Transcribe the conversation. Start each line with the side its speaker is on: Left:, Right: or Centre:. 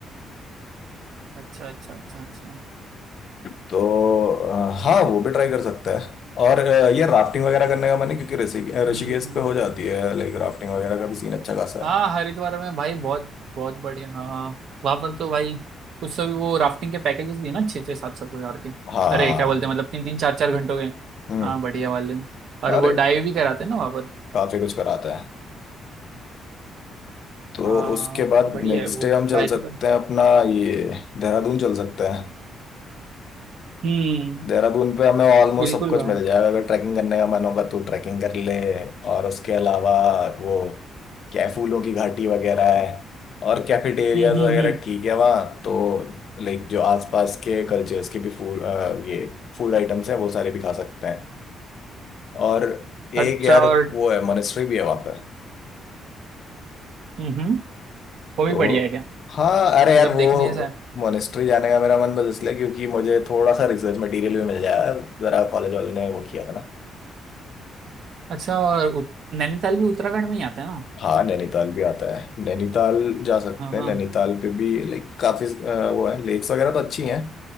Right: अच्छा अच्छा अच्छा अच्छा
Left: तो अ, हाँ
Right: ठीक है
Left: वो
Right: ठीक
Left: भी ट्राई
Right: है
Left: कर सकता है और अ, ये राफ्टिंग वगैरह करने का मन है क्योंकि ऋषि
Right: हम्म
Left: ऋषिकेश
Right: हम्म, हम्म।
Left: पे हो जाती है लाइक राफ्टिंग वगैरह का भी सीन अच्छा खासा
Right: हाँ
Left: है
Right: हरिद्वार में भाई बहुत बहुत बढ़िया हाँ वहां पर तो भाई कुछ तो भी वो राफ्टिंग के पैकेजेस भी है ना छः छः सात सात हजार के
Left: हाँ
Right: अरे क्या बोलते हैं मतलब तीन तीन चार चार घंटों के
Left: हम्म
Right: हाँ बढ़िया वाले
Left: और
Right: और वो डाइव भी कराते हैं ना वहां पर
Left: काफी कुछ कराता है तो
Right: हाँ
Left: उसके बाद
Right: बढ़िया
Left: नेक्स्ट
Right: है वो
Left: डे हम चल
Right: ट्राई
Left: सकते
Right: तो कर
Left: हैं अपना ये देहरादून चल सकते हैं
Right: हम्म
Left: देहरादून पे हमें ऑलमोस्ट
Right: बिल्कुल
Left: सब कुछ
Right: भाई
Left: मिल जाएगा अगर ट्रैकिंग करने का मन होगा तो ट्रैकिंग कर ले और उसके अलावा वो क्या है, फूलों की घाटी वगैरह है और कैफेटेरियाज
Right: हम्म हम्म
Left: वगैरह
Right: हम्म
Left: ठीक है वहाँ तो लाइक जो आसपास के कल्चर्स के भी फूड अ, ये फूड आइटम्स हैं वो सारे भी खा सकते हैं और
Right: अच्छा
Left: एक यार
Right: और
Left: वो है मोनेस्ट्री भी है वहाँ पे
Right: हम्म हम्म, वो भी
Left: तो
Right: बढ़िया है क्या
Left: हाँ
Right: मतलब
Left: अरे यार वो
Right: देखने जैसा है
Left: मोनेस्ट्री जाने का मेरा मन बस इसलिए क्योंकि मुझे थोड़ा सा रिसर्च मटेरियल भी मिल जाएगा जरा कॉलेज वालों ने वो किया था ना
Right: अच्छा और उत, नैनीताल भी उत्तराखंड में ही आता है ना
Left: हाँ नैनीताल भी आता है नैनीताल जा सकते
Right: हाँ हाँ
Left: हैं नैनीताल पे भी लाइक काफी अ, वो है लेक्स वगैरह तो अच्छी हैं